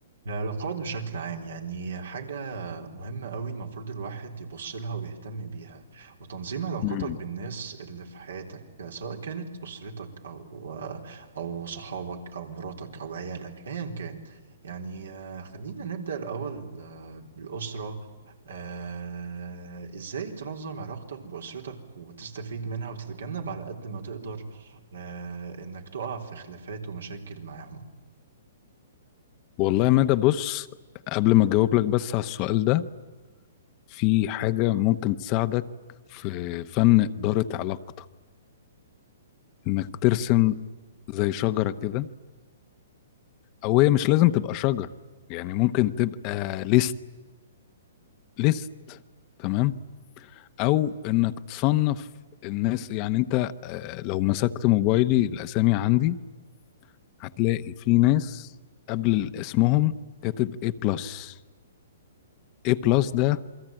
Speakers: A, on the right; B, on the left.
A: العلاقات بشكل عام يعني حاجة مهمة قوي المفروض الواحد يبص لها ويهتم بيها وتنظيم علاقاتك
B: مم.
A: بالناس اللي في حياتك سواء كانت أسرتك أو أو صحابك أو مراتك أو عيالك أيا كان يعني آه، خلينا نبدأ الأول آه، بالأسرة آه، إزاي تنظم علاقتك بأسرتك وتستفيد منها وتتجنب على قد ما تقدر آه، إنك تقع في خلافات ومشاكل معاهم
B: والله يا مدى بص قبل ما اجاوب لك بس على السؤال ده في حاجة ممكن تساعدك في فن إدارة علاقتك انك ترسم زي شجرة كده او هي مش لازم تبقى شجرة يعني ممكن تبقى ليست ليست تمام او انك تصنف الناس يعني انت آه، لو مسكت موبايلي الاسامي عندي هتلاقي في ناس قبل اسمهم كاتب A بلس A بلس ده